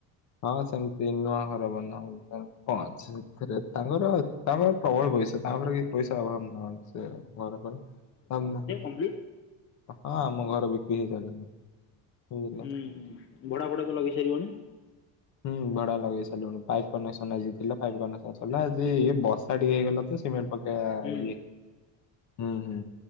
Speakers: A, on the left; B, on the left.
A: ହଁ ସେମିତି ନୂଆ ଘର ବନା ହଉଚି କଣ ଅଛି ସେଥିରେ ତାଙ୍କର। ତାପରେ ପ୍ରବଳ ପଇସା ତାପରେ କି ପଇସା ଅଭାବ ନାହିଁ ସେ ଘର ଫର ତାଙ୍କ
B: ପୁରୀ <unintelligible>
A: ହଁ ଆମ ଘର ବିକ୍ରି ହେଇସାରିଲାଣି। ବୁଝିଲ
B: ହୁଁ ଭଡା ଫଡାତ ଲଗେଇ ସାରିବଣି?
A: ହୁ ଭଡା ଲଗେଇ ସାରିଲୁଣୁ ପାଇପ୍ କନେକ୍ସନ ଆଜି ଥିଲା ପାଇପ୍ କନେକ୍ସନ ସରିଲା ଆଜିଇ ବର୍ଷା ଟିକେ ହେଇଗଲା ତ ସିମେଣ୍ଟ ପକେଇ ଆ
B: ହୁଁ
A: ଇଏ ହୁଁ ହୁଁ